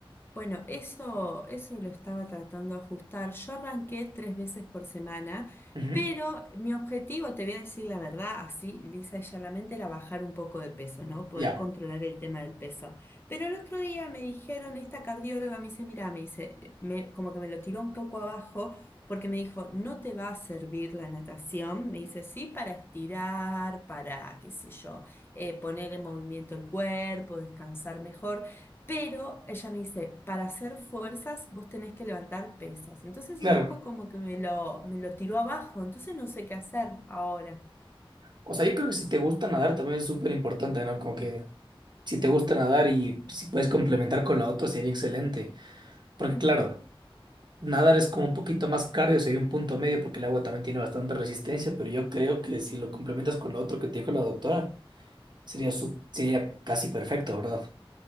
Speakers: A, on the left; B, on the right.
A: Bueno, eso, eso lo estaba tratando de ajustar. Yo arranqué tres veces por semana,
B: Ujú,
A: pero mi objetivo, te voy a decir la verdad, así lisa y llanamente, era bajar un poco de peso, ¿no? Poder
B: Ya,
A: controlar el tema del peso. Pero el otro día me dijeron, esta cardióloga me dice, mira, me dice, me- como que me lo tiró un poco abajo, porque me dijo, no te va a servir la natación. Me dice, sí, para estirar, para, qué sé yo, eh, poner en movimiento el cuerpo, descansar mejor. Pero ella me dice, para hacer fuerzas vos tenés que levantar pesas. Entonces
B: claro.
A: un poco como que me lo, me lo tiró abajo, entonces no sé qué hacer ahora.
B: O sea, yo creo que si te gusta nadar también es súper importante, ¿no? Como que si te gusta nadar y si puedes complementar con lo otro sería excelente. Porque
A: Ujú.
B: claro. Nadar es como un poquito más cardio, sería un punto medio porque el agua también tiene bastante resistencia, pero yo creo que si lo complementas con lo otro que te dijo la doctora, sería, su- sería casi perfecto, ¿verdad?